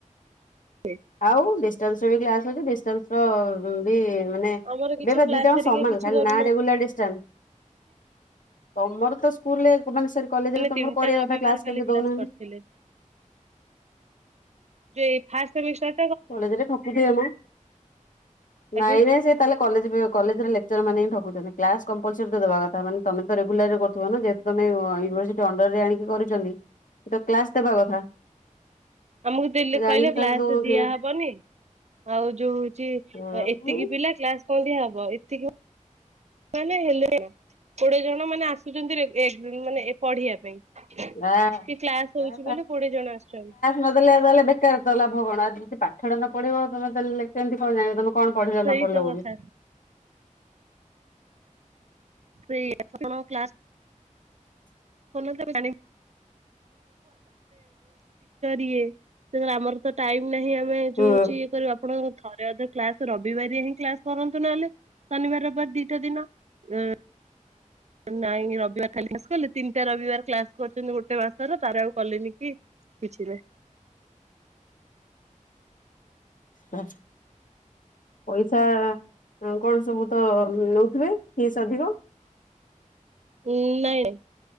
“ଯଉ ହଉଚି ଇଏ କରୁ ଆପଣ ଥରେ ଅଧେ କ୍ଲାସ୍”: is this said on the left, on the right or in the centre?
Right